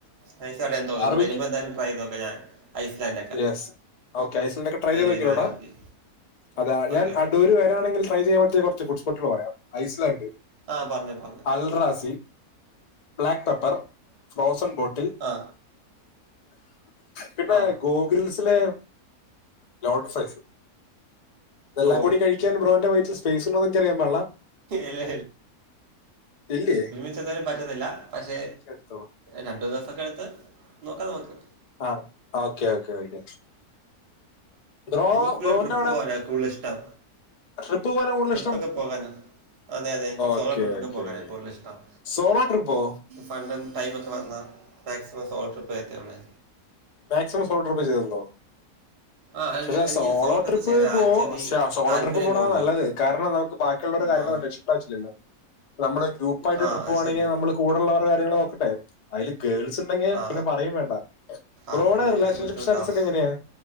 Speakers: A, on the right (about 50°); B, on the left (about 70°).
A: നൈസാല്ലേ തോന്നുന്നു
B: ബാർബിക്യൂ
A: ഇനി വരുമ്പോ എന്തായാലും ട്രൈയ്ത് നോക്കാ ഞാൻ ഐസ്ലാൻഡേ
B: യെസ് ഓക്കെ ഐസ്ലാൻടൊക്കെ ട്രൈ ചെയ്ത് നോക്കീലേടാ
A: വരുവാന്ന് നോക്കി
B: അതാ
A: ഓക്കെ
B: ഞാൻ
A: ഓക്കെ
B: അടൂര് വരാണെങ്കിൽ ട്രൈ ചെയ്യാൻ പറ്റിയ കൊറച്ച് ഫുഡ്സ്പോട്ടുകള് പറയാം ഐസ്ലാൻഡ്
A: ആഹ് പറഞ്ഞ് പറഞ്ഞ്
B: അൽറാസി ബ്ലാക്ക് പെപ്പർ ഫ്രോസൺ ബോട്ടിൽ
A: ആ
B: പിന്നെ
A: ആ
B: ഗോഗ്രിൽസിലെ ലോഡട് ഫ്രൈസ് ഇതെല്ലാം
A: ഓ
B: കൂടി കഴി ക്കാൻ ബ്രോന്റെ വയറ്റിൽ സ്പേസ് ഉണ്ടോൊന്ന് എനിക്ക് അറിയാൻ പാടില്ല
A: ഇല്ല
B: ഇല്ലേ?
A: ച്ച് എന്തായാലും പറ്റത്തില്ല പക്ഷെ
B: എടുത്തോളാം
A: രണ്ടു ദിവസൊക്കെ എടുത്ത് നോക്കാം നമുക്ക്
B: ആഹ് ഓക്കേ ഓക്കേ ഓക്കെ ബ്രോ
A: എനിക്ക് കൂലും
B: ബ്രോന്റെ
A: ട്രിപ്പ്
B: അവിടെ
A: പോവാന കൂടുതൽ ഇഷ്ടം
B: ട്രിപ്പ് പോകാനാണ് കൂടുതൽ
A: ട്രിപ്പൊക്ക
B: ഇഷ്ടം
A: പോകാന അതെ അതെ എനിക്ക് സോളോ
B: ഓക്കെ
A: ട്രിപ്പൊക്കെ
B: ഓക്കെ
A: പോകാനാ കൂടുതൽ ഇഷ്ടം
B: സോളോ ട്രിപ്പോ
A: ഫണ്ടും ടൈമൊക്കെ വന്നാ മാക്സിമം സോളോ ട്രിപ്പേ എത്തിയൊള്ളേ
B: മാക്സിമം സോളോ ട്രിപ്പേ ചെയ്യ്തുള്ളോ?
A: ആ എനിക്ക്
B: ക്ഷേ
A: എനിക്ക്
B: സോളോ ട്രിപ്പ്
A: ചെയ്യാൻ
B: പോ
A: ആക്ച്വലി
B: ക്ഷേ സോളോ
A: താല്പര്യം
B: ട്രിപ്പ് പോണതാ
A: കൂടുതൽ
B: നല്ലത് കാരണം നമുക്ക് ബാക്കിയുള്ളോട കാര്യങ്ങള്
A: ആ
B: അ ആവശ്യല്ലല്ലോ നമ്മള് ഗ്രൂപ്പായിട്ട്
A: ആ
B: ട്രിപ്പ്‌
A: അത്
B: പോവാണെങ്കി
A: ശരിയാ
B: നമ്മള് കൂടുള്ളവര കാര്യങ്ങള് നോക്കണ്ടേ? അയില് ഗേൾസുണ്ടെങ്കി
A: ആ
B: പിന്നെ പറയേം വേണ്ട ബ്രോഡെ
A: അത് പിന്നെ വലിച്ച്
B: റിലേഷൻഷിപ്പ്
A: ബുദ്ധിമുട്ടാവും
B: സ്റ്റാറ്റസൊക്കെ എങ്ങനെയാ